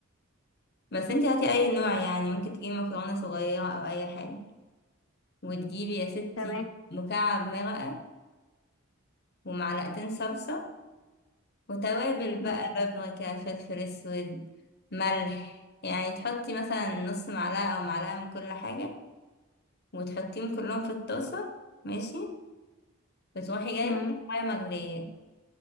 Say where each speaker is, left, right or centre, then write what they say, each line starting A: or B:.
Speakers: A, on the left (about 50°); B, on the left (about 85°).
A: بس انتي هاتي أي نوع يعني ممكن تجيبي مكرونة صغيرة أو أي حاجة وتجيبي يا ستي
B: تمام
A: مكعب مرقة ومعلقتين صلصة وتوابل بقى
B: مم.
A: بابريكا فلفل أسود ملح يعني تحطي مثلا نص معلقة أو معلقة من كل حاجة وتحطيهم كلهم في الطاسة ماشي وتروحي جايبة
B: مم.
A: مية مغلية